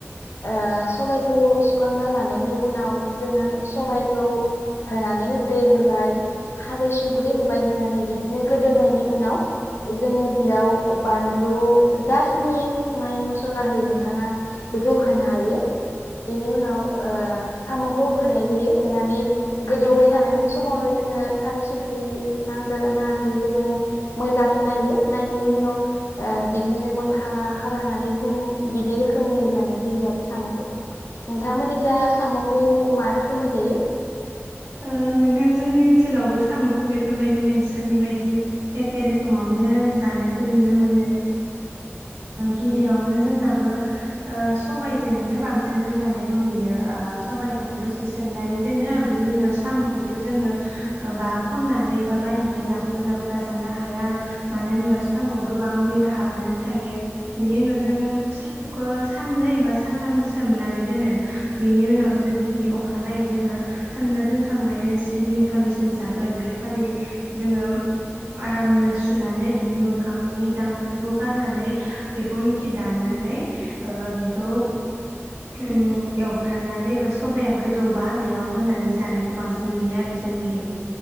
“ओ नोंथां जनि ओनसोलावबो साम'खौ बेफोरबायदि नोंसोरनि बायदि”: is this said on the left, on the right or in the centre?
Right